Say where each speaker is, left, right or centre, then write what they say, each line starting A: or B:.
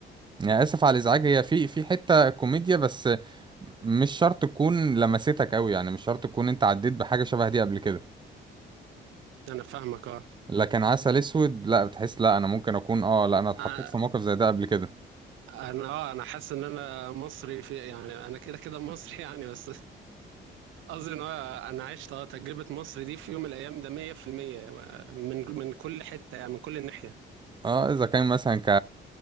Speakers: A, on the right; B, on the right.
A: يعني اسف على الازعاج هي في في حتة كوميديا بس مش شرط تكون لمستك قوي يعني مش شرط تكون انت عديت بحاجة شبه دي قبل كده
B: انا فاهمك اه
A: لكن عسل اسود لا بتحس لا انا ممكن اكون اه لا انا اتحطيت
B: آه،
A: في موقف زي ده قبل كده
B: انا اه انا حاسس ان انا مصري في يعني انا كده كده مصري <laughs> يعني بس قصدي ان هو انا عشت آه، تجربة مصر دي في يوم من الايام ده 100% من من كل حتة يعني من كل ناحية
A: اه اذا كان مثلا ك